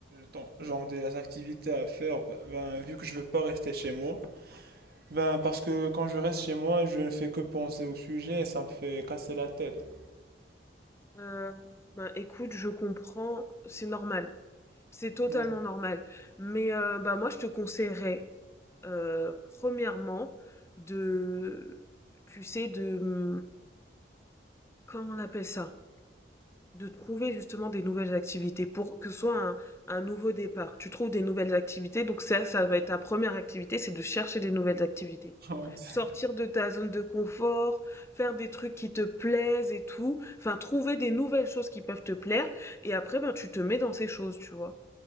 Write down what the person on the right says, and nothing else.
dans- genre des activités à faire, ben, vu que je veux pas rester chez moi. Ben, parce que quand je reste chez moi, je ne fais que penser au sujet et ça me fait casser la tête.
Ouais.
<laughs> Ouais, c'est-